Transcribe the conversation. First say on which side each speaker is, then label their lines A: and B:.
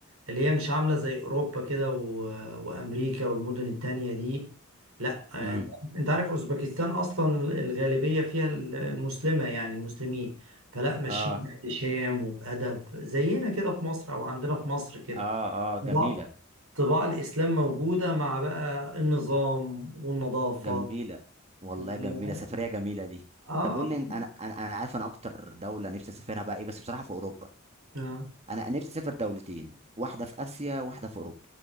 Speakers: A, on the right; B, on the right.
A: اللي هي مش عامله زي اوروبا كده و... وامريكا والمدن التانية دي لا
B: امم
A: انت أنت عارف اوزبكستان اصلا الغالبيه فيها المسلمه يعني المسلمين فلا ماشيين
B: اه
A: باحتشام وبادب زينا كده في مصر او عندنا في مصر كده
B: اه اه
A: طباع
B: جميله
A: طباع الاسلام موجوده مع بقى النظام والنظافه
B: جميله والله
A: وال...
B: جميله سفريه جميله دي
A: اه
B: طب قول لي انا انا انا عارف انا اكتر دوله نفسي اسافرها بقى ايه بس بصراحه في اوروبا
A: آه.
B: انا نفسي اسافر دولتين واحده في اسيا واحده في اوروبا